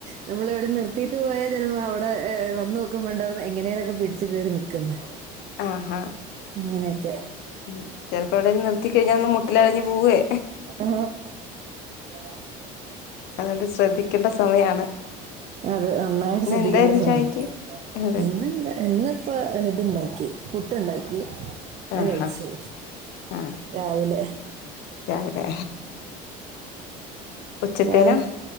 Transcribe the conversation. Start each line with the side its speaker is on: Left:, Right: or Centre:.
Right: നമ്മൾ വിടെ നിർത്തീട്ട് പോയാൽ ച അവിടെ വന്നോ ക്കുമ്പോണ്ടാന്നകും എങ്ങനെേലൊക്കെ പിടിച്ച് കേറി നിക്ക്ന്ന്.
Left: ആഹ
Right: അങ്ങനെയൊക്കെ
Left: ഉ ചെലപ്പോ വെടേലും നിർത്തി കഴിഞ്ഞാലൊന്ന് മുട്ടിലഴഞ്ഞ് പോവേ
Right: ആ ആ
Left: അതോണ്ട് ശ്രദ്ധിക്കേണ്ട സമയാണ്.
Right: അതെ നന്നായിട്ട്
Left: ഇന്ന്
Right: ശ്രദ്ധിക്കേണ്ട
Left: എന്തായിരുന്നു
Right: സമയാ
Left: ചായക്ക് അതെ
Right: ഇന്നെന്താ ഇന്ന് ഇപ്പൾ ഇതുണ്ടാക്കി പുട്ടുണ്ടാക്കി അ
Left: ആഹാ
Right: കഴിച്ചു
Left: ആഹ്
Right: രാവിലെ
Left: രാവിലെ ഉച്ചത്തേനോ
Right: രാവി